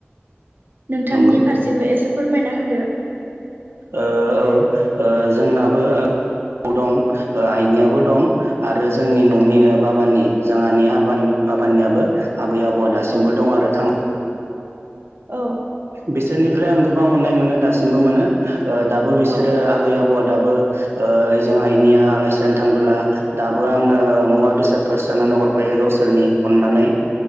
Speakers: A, on the right; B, on the right.
A: नोंथांनि
B: नंगौ
A: फारसेबो एसे फोरमायना होदो।
B: ओ औ जोंनाबो आबौ दं आइनियाबो दं। आरो जोंनि न'नि
A: औ
B: बाबानि जोंहानि आबानि बाबानियाबो आबै आबौआ दासिमबो
A: औ
B: दं आरो। थां
A: औ
B: बिसोरनिफ्राय आं गोबां अननाय मोनो दासिमबो मोनो। ओ दाबो बिसोरो
A: औ
B: आबै आबौआ दाबो ओ जोंहा आइनिया आलासि जानो थांबोला दाबो आंनो मुवा बेसादफोर सोनानै हरफायो गावसोरनि अननानै।